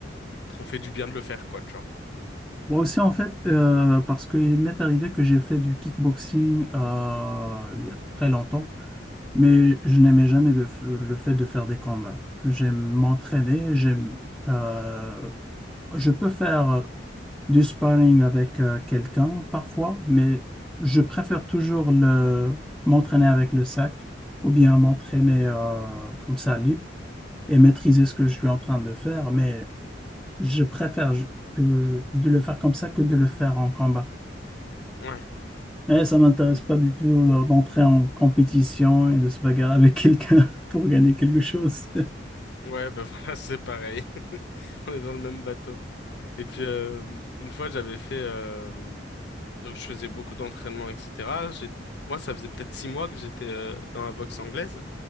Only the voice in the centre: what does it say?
Moi aussi, en fait, euh, parce qu'il m'est arrivé que j'ai fait du kickboxing euh, il y a très longtemps. Mais je n'aimais jamais de f- le fait de faire des combats. J'aime m'entraîner, j'aime, euh, je peux faire euh, du sparring avec euh, quelqu'un parfois, mais je préfère toujours le, m'entraîner avec le sac ou bien m'entraîner euh, comme ça libre et maîtriser ce que je suis en train de faire. Mais je préfère je- que- de le faire comme ça que de le faire en combat.
Et ça m'intéresse pas du tout euh, d'entrer en compétition et de se bagarrer avec <laughs> quelqu'un pour gagner quelque chose.